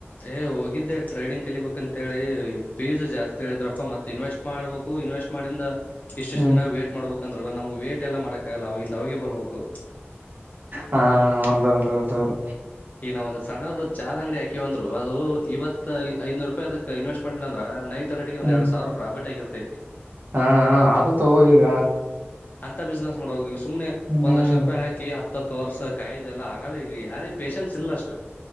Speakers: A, on the left; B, on the right.
A: ಏ ಹೋಗಿದ್ದೆ ಟ್ರೇಡಿಂಗ್ ಕಲಿಬೇಕ ಅಂತೇಳಿ ಫೀಸ್ು ಜಾಸ್ತಿ ಹೇಳಿದ್ರಪ್ಪ ಮತ್ತೆ ಇನ್ವೆಸ್ಟ್ ಮಾಡ್ಬೇಕು ಇನ್ವೆಸ್ಟ್ ಮಾಡಿಂದ. ಇಷ್ಟ
B: ಹ್ಮ್
A: ಎಷ್ಟ ದಿನ ವೇಟ್ ಮಾಡ್ಬೇಕು. ಅಂದ್ರಲ್ಲ ನಮಗ್ ವೇಟ್ ಎಲ್ಲ ಮಾಡಾಕಲ್ಲ ಅವಂದ ಅವೆ ಬರ್ಬೇಕು.
B: ಹಾ ಹೌದ ಹೌದ ಹೌದೌದು.
A: ನಾವ ಒಂದು ಸಣ್ಣದ ಚಾದ ಅಂಗಡಿ ಹಾಕಿವ ಅಂದ್ರು ಅದು ಇವತ್ ಐದನೂರು ರೂಪಾಯಿ ಅದಕ್ಕೆ ಇನ್ವೆಸ್ಟ್ ಮಾಡಿ ಅಂದ್ರ ನೈಟ್. ನಟಿಗೆ ಒಂದು
B: ಹ್ಮ್
A: ಎಡು ಸಾವರ ಪ್ರಾ ಆಗಿೆ. ಹ್.
B: ಹಾ ಆದ ತೋ ಈಗ.
A: ಅಂತ ಬ ಬಿಸಿನೆಸ್. ಹಡೋಗ. ಏಸ್ ಸುಮ್ನೆ
B: ಹ್ಮ್
A: ಒಂದು ಲಕ್ಷ ರೂಪಾಯಾತ. ಹತ್ತ ಹತ್ತು ವರ್ಷ ಕಾಯ್ದದೆಲ್ಲ ಆಗಲ್ಲ ಈಗ ಯಾರಿಿಗೆ ಪೇೇಶನ್ಸ್ ಇಲ್ಲ ಅಷ್ಟು.